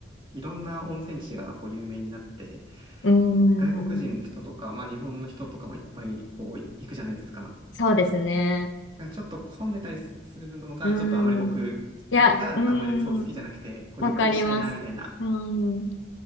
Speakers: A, on the right; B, on the left.
A: いろんな温泉地がこう有名になって、
B: うーん、
A: 外国人の人とか、まあ、日本の人とかもいっぱい、こう、行くじゃないですか。
B: そうですね。
A: だからちょっと混んでたりすするのが、
B: うー
A: ちょっとあまり僕、
B: ん、いや、
A: 僕があんまりそう好きじゃなくて、
B: うーん、
A: こう、
B: わかります。
A: ゆっくりしたいな、みたいな、
B: うーん、